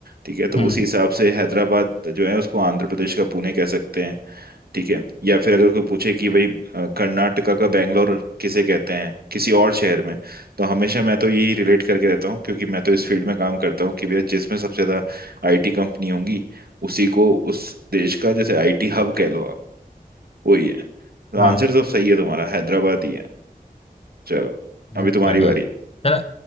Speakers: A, on the right (about 80°); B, on the left (about 40°).
A: ठीक है तो
B: हुँ,
A: उसी हिसाब से हैदराबाद जो है उसको आंध्र प्रदेश का पुणे कह सकते हैं ठीक है या फिर अगर कोई पूछे कि भाई अ, कर्नाटका का बैंगलोर किसे कहते हैं किसी और शहर में तो हमेशा मैं तो यही रिलेट करके रहता हूँ क्योंकि मैं तो इस फील्ड में काम करता हूँ कि भैया जिसमें सबसे ज्यादा आईटी कंपनी होंगी उसी को उस देश का जैसे आईटी हब कह लो आप वही है तो
B: हाँ,
A: आंसर तो सही है तुम्हारा हैदराबाद ही है चलो
B: बहुत
A: अभी तुम्हारी
B: बढ़िया।
A: बारी
B: चलो